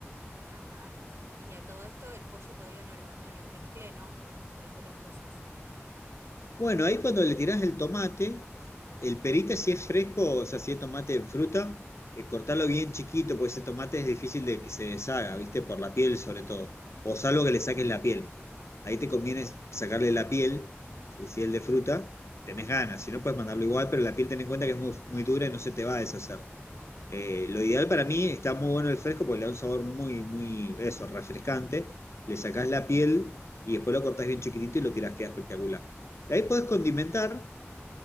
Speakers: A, on the right; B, on the left.
A: Ajá. Y a todo esto el pollo todavía no lo, no lo mezclé, ¿no? Con, con las otras cosas.
B: Bueno, ahí cuando le tirás el tomate, el perita si es fresco, o sea, si es tomate en fruta, eh, cortarlo bien chiquito, porque ese tomate es difícil de que se deshaga, ¿viste? Por la piel sobre todo, o salvo
A: Ujú.
B: que le saques la piel. Ahí te conviene sacarle la piel, si si es el de fruta, tenés ganas, si no puedes mandarlo igual, pero la piel ten en cuenta que es muy, muy dura y no se te va a deshacer. Eh, lo ideal para mí está muy bueno el fresco porque le da un sabor muy, muy, eso, refrescante. Le sacás la piel y después lo cortás bien chiquitito y lo tirás, queda espectacular. De ahí podés condimentar